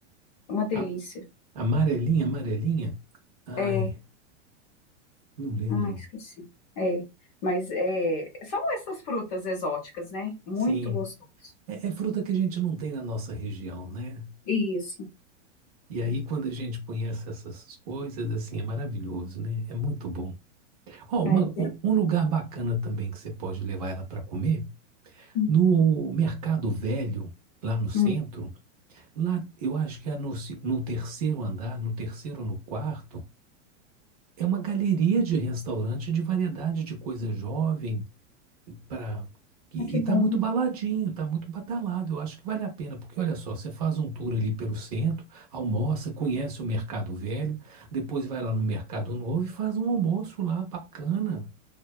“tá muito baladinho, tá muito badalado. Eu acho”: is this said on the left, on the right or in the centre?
Right